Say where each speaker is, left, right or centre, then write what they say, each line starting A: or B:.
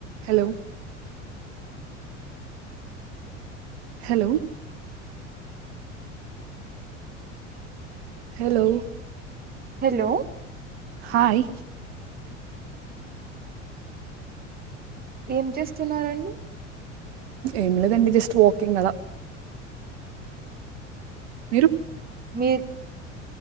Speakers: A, on the right; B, on the right.
A: Hello hello hello
B: hello
A: hi
B: ఏం చేస్తున్నారండి
A: ఎంలేదండి జస్ట్ వాకింగ్ అలా మీరు
B: మీర్